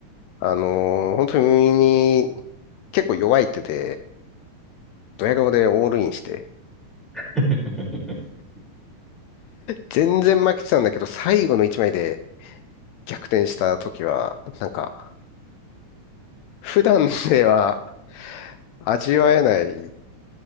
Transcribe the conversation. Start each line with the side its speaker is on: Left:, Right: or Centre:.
Left: あのー本当に結構弱い手で、ドヤ顔でオールインして、
Centre: うん。<laughs>
Left: 全然負けてたんだけど、最後の一枚で逆転した時は、なんか、普段では味わえない